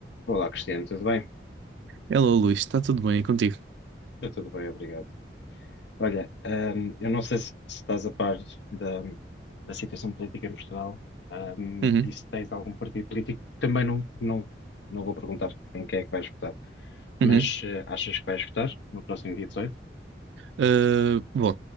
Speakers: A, on the left; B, on the right.
A: Olá, Cristiano, tudo bem?
B: Hello, Luís, está tudo bem e contigo?
A: Está tudo bem, obrigado. Olha, hum, eu não sei se, se estás a par da, da situação política em Portugal, hum,
B: Uhum,
A: e se tens algum partido político, também não, não, não vou perguntar em quem é que vais votar, mas
B: uhum.
A: eh, achas que vais votar no próximo dia 18?
B: Uh, bom,